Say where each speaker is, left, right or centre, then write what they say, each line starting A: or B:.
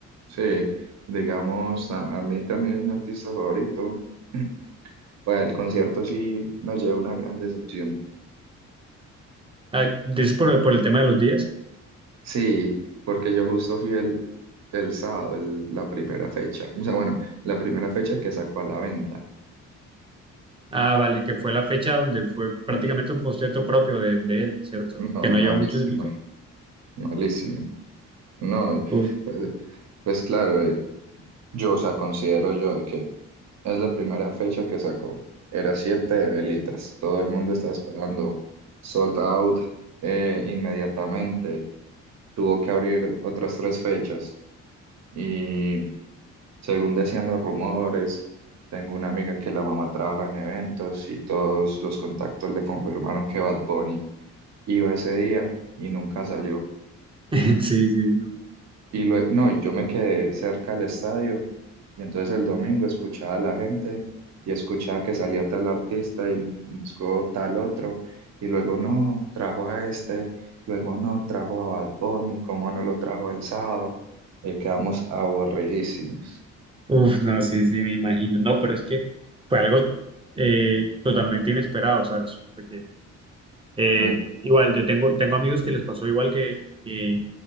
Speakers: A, on the right; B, on the right.
A: sí, digamos, a, a mí también es mi artista favorito. <clears throat> Para el concierto sí me llevé una gran decepción.
B: Ah, dices por, por el tema de los días.
A: Sí, porque yo justo fui el, el sábado, el- la primera fecha. O sea, bueno, la primera fecha que sacó a la venta.
B: Ah, vale, que fue la fecha donde fue prácticamente
A: <laughs>
B: un concierto propio de, de él, ¿cierto?
A: No,
B: Que no
A: malísima,
B: lleva muchos invitados.
A: malísima. No,
B: Uf,
A: pues, pues claro, eh, yo, o sea, considero yo de que Es la primera fecha que sacó. Era siete de velitas. Todo el mundo estaba esperando. Sold out eh, inmediatamente. Tuvo que abrir otras tres fechas. Y según decían los rumores, tengo una amiga que la mamá trabaja en eventos y todos los contactos le confirmaron que Bad Bunny iba ese día y nunca salió.
B: <laughs> sí, sí. no.
A: Y lue- no, y yo me quedé cerca del estadio y entonces el domingo escuchaba a la gente y escuchaba que salía tal artista y en- luego tal otro y luego no, trajo a este, luego no, trajo a Bad Bunny, cómo no lo trajo el sábado, Eh, quedamos aburridísimos.
B: Uf, no, sí, sí, me imagino. No, pero es que fue algo eh, totalmente inesperado, ¿sabes? Porque eh,
A: No,
B: igual, yo tengo, tengo amigos que les pasó igual que, que,